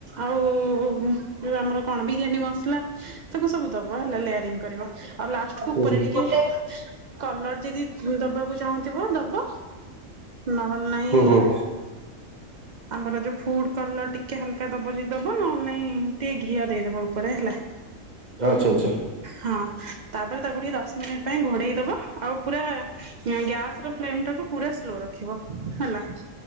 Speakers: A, on the right; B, on the right.
A: ଆଉ ଯଉଁ ଆମର କଣ ବିରିୟାନୀ ମସଲା ସବୁ ସବୁ ଦବ ହେଲା ଲେୟାରିଙ୍ଗ କରିବ। ଆଉ ଲାଷ୍ଟକୁ
B: ହୁଁ
A: ଉପରେ ଟିକେ
B: ହୁଁ।
A: କଲର ଯଦି ଦବାକୁ ଚାହୁଁଥିବ ଦବ। ନହେଲେ ନାହିଁ
B: ହୁଁ ହୁଁ
A: ଆମର ଯୋଉ ଫୁଡ କଲର ଟିକେ ହାଲକା ଦବ ଯଦି ଦବ ନହେଲେ ନାଇଁ ଟିକେ ଘିଅ ଦେଇଦବ ଉପରେ ହେଲା।
B: ଆଚ୍ଛା ଆଚ୍ଛା
A: ହଁ। ତାପରେ ତାକୁ ଟିକେ ଦଶ ମିନିଟ୍ ପାଇଁ ଘୋଡେଇ ଦବ ଆଉ ପୁରା ଆ ଗ୍ୟାସ ର ଫ୍ଲେମ ଟାକୁ ପୁରା ସ୍ଲୋ ରଖିବ ହେଲା